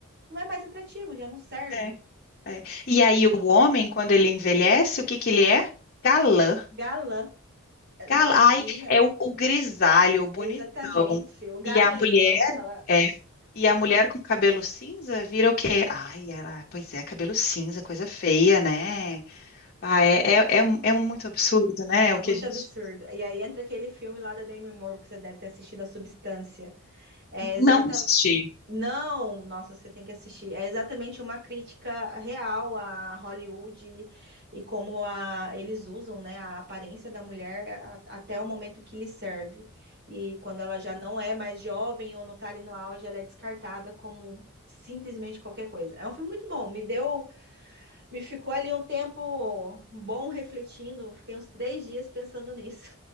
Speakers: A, on the right; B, on the left.
A: não é mais atrativo, já não serve.
B: É, é. E aí o homem, quando ele envelhece, o que que ele é? Galã.
A: Galã, imagina.
B: Gal... Ai, é o, o grisalho, o bonitão.
A: Exatamente, o Garanhão,
B: E a mulher,
A: aquela.
B: é, e a mulher com cabelo cinza vira o quê? Ai, ela, pois é, cabelo cinza, coisa feia, né? Ah, é, é, é, é muito absurdo, né?
A: É
B: O
A: muito
B: que a gente
A: absurdo. E aí entra aquele filme lá da Demi Moore que você deve ter assistido, A Substância. É exatamente.
B: não assistiu.
A: Não, nossa, você tem que assistir. É exatamente uma crítica real a Hollywood e como a, eles usam, né, a aparência da mulher a- até o momento que lhe serve. E quando ela já não é mais jovem ou não tá ali no auge, ela é descartada como simplesmente qualquer coisa. É um filme muito bom. Me deu, me ficou ali um tempo bom refletindo. Fiquei uns três dias pensando nisso.